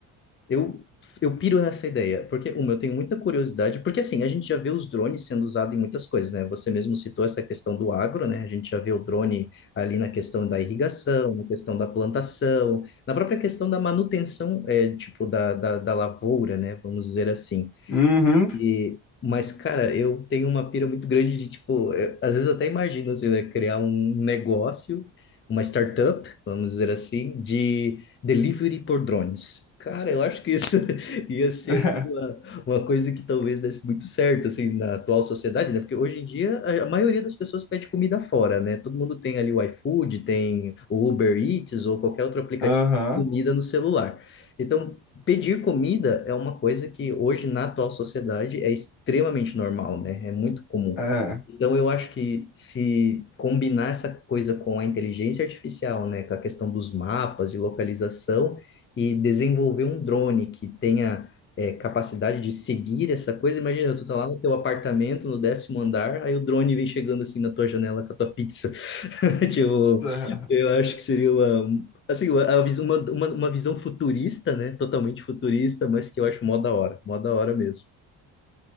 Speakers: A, on the left; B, on the left.
A: Eu, eu piro nessa ideia, porque, uma, eu tenho muita curiosidade, porque assim, a gente já vê os drones sendo usados em muitas coisas, né? Você mesmo citou essa questão do agro, né? A gente já vê o drone ali na questão da irrigação, na questão da plantação, na própria questão da manutenção, é, tipo, da, da, da lavoura, né? Vamos dizer assim.
B: Uhum.
A: E, mas, cara, eu tenho uma pira muito grande de, tipo, eu- às vezes eu até imagino, assim, né, criar um negócio, uma startup, vamos dizer assim, de delivery por drones. Cara, eu acho que isso <laughs> ia ser,
B: <laughs>
A: assim, uma, uma coisa que talvez desse muito certo, assim, na atual sociedade, né? Porque hoje em dia a, a maioria das pessoas pede comida fora, né? Todo mundo tem ali o iFood, tem o Uber Eats ou qualquer outro aplicativo
B: Aham,
A: de comida no celular. Então, Pedir comida é uma coisa que hoje na atual sociedade é extremamente normal, né? É muito comum.
B: é,
A: Então eu acho que se combinar essa coisa com a inteligência artificial, né, com a questão dos mapas e localização e desenvolver um drone que tenha eh, capacidade de seguir essa coisa, imagina, tu tá lá no teu apartamento, no décimo andar, aí o drone vem chegando assim na tua janela com a tua pizza. <laughs> Tipo,
B: <laughs>
A: eu acho que seria uma, Assim, a, a vis- uma, uma, uma visão futurista, né? Totalmente futurista, mas que eu acho mó da hora. Mó da hora mesmo.